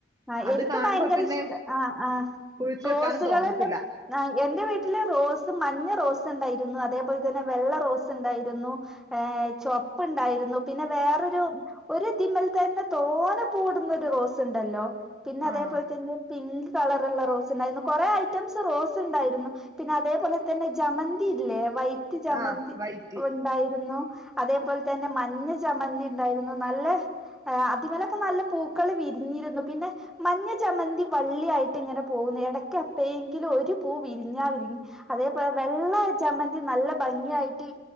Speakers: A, in the centre; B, on the right.
A: ആ
B: അത്
A: എനിക്ക്
B: കാണുമ്പോ
A: ഭയങ്കര
B: പിന്നെ
A: ഇഷ്ടം ആ ആ
B: കുഴിച്ചു
A: റോസുകളെന്നെ
B: വെക്കാനും തോന്നത്തില്ല
A: ആഹ് എന്റെ വീട്ടില് റോസ് മഞ്ഞ റോസ് ഉണ്ടായിരുന്നു അതേപോൽതന്നെ വെള്ള റോസ് ഉണ്ടായിരുന്നു ഏഹ് ചൊവപ്പുണ്ടായിരുന്നു പിന്നെ വേറൊരു ഒരുതിമൽതന്നെ തോനെ പൂവ്ടുന്നൊരു റോസ് ഉണ്ടല്ലോ പിന്നെ അതേപോൽ
B: ആഹ്
A: തന്നെ പിങ്ക് കളറള്ള റോസ് ഉണ്ടായിരുന്നു കൊറെ ഐറ്റംസ് റോസ് ഉണ്ടായിരുന്നു പിന്നെ അതേപോലെ തന്നെ ജമന്തില്ലേ വൈ റ്റ് ജമന്തി
B: ആഹ് വൈറ്റി
A: ഉണ്ടായിരുന്നു അതേപോൽതന്നെ മഞ്ഞ ജമന്തി ഉണ്ടായിരുന്നു നല്ല അതിമലൊക്കെ നല്ല പൂക്കൾ വിരിഞ്ഞിരുന്നു പിന്നെ മഞ്ഞ ജമന്തി വള്ളിയായിട്ട് ഇങ്ങനെ പോകുന്നു. ഇടയ്ക്ക എപ്പയെങ്കിലും ഒരു പൂ വിരിഞ്ഞാവിരിഞ് അതേപോലെ വെള്ള ജമ്ന്തി നല്ല ഭംഗിയായിട്ട്